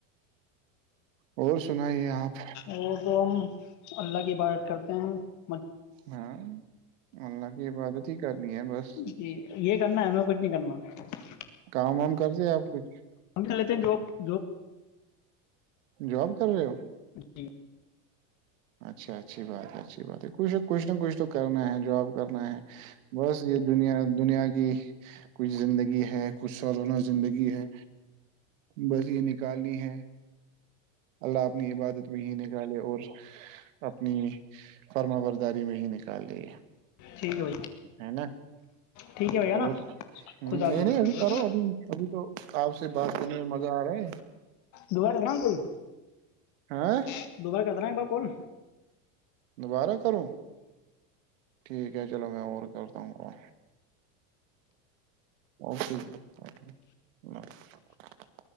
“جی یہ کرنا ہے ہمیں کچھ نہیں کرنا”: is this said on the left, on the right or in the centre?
Left